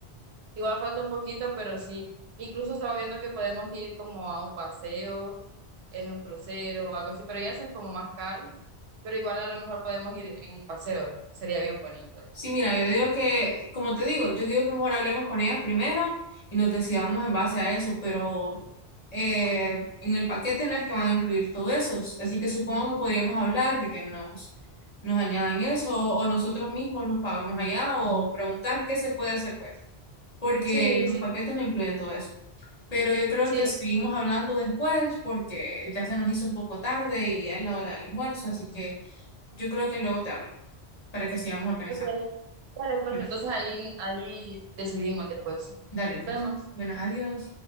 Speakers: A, on the right; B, on the left.
A: igual falta un poquito, pero sí. Incluso estaba viendo que podemos ir como a un paseo, en un crucero o algo así, pero ya son como más caros. Pero igual a lo mejor podemos ir en un paseo, sería bien bonito.
B: Sí, mira, yo digo que, como te digo, yo digo que mejor hablemos con ellas primero y nos decidamos en base a eso, pero eh, en el paquete no es que van a incluir todo eso, s- así que supongo que podríamos hablar de que nos, nos añadan eso o, nosotros mismos los pagamos allá o preguntar qué se puede hacer pues, porque
A: Sí, sí,
B: los paquetes no incluyen todo eso. Pero yo creo
A: sí,
B: que seguimos hablando después porque ya se nos hizo un poco tarde y ya es la hora del almuerzo, así que yo creo que luego te hablo para que sigamos organizando.
A: Ok, Vale, pues
B: Bueno.
A: entonces ahí, ahí decidimos después.
B: Dale,
A: Nos
B: pues.
A: vemos.
B: Bueno, adiós.